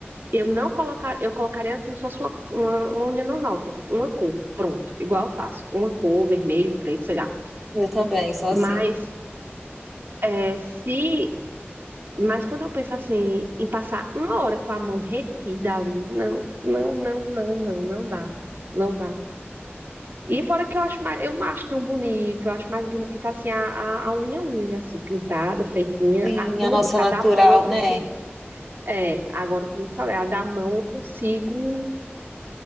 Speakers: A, on the right; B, in the centre.
A: Eu não colocar, eu colocaria como se fosse uma, uma, uma unha normal, tipo uma cor, pronto, igual eu faço, uma cor, vermelho, preto, sei lá.
B: Eu também, sou assim.
A: Mas é, se, mas quando eu penso assim em passar uma hora com a mão retida ali, não, não, não, não, não, não dá, não dá. E fora que eu acho mais, eu não acho tão bonito, eu acho mais bonita assim a, a, a unha unha assim pintada, feitinha.
B: Sim,
A: A- como
B: a nossa
A: eu disse,
B: natural,
A: a da mão eu consigo,
B: né?
A: é, agora como eu falei, a da mão eu consigo